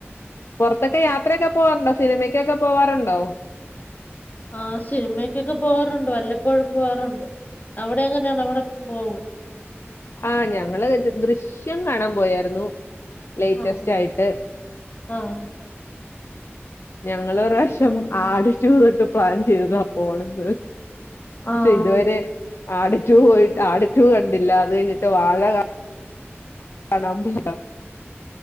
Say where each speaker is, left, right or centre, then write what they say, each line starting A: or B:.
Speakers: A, on the left (about 60°); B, on the left (about 40°).
A: പുറത്തൊക്കെ യാത്രയൊക്കെ പോവാറുണ്ടോ സിനിമക്കൊക്കെ പോവാറുണ്ടോ
B: ആ സിനിമക്കൊക്കെ പോവാറുണ്ട് വല്ലപ്പോഴും പോകാറുണ്ട് അവിടെ എങ്ങനെയാണ് അവിടെപോകുമോ പോകുവൊ?
A: ആഹ ഞങ്ങള് ദൃശ്യം കാണാൻ പോയായിരുന്നു ലേറ്റസ്റ്റ്
B: ആഹ്
A: ആയിട്ട്-
B: ആഹ്
A: ഞങ്ങള് ഒരു പ്രാവശ്യം ആട് ടു തൊട്ട് പ്ലാൻ ചെയ്തതാ പോണന്ന്
B: ആഹ്
A: ഇതുവരെ ആട് ടു പോയിട്ട് ആട് ആട് റ്റു കണ്ടിട്ടില്ല അത് കൈഞ്ഞിട്ട് വാഴ കാ <unintelligible>